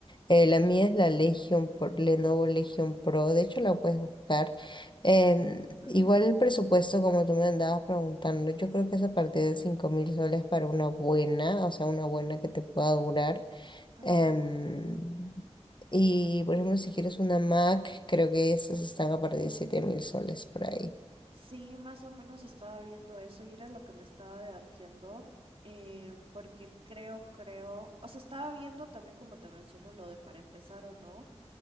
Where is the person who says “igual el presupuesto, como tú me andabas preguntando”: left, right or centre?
Left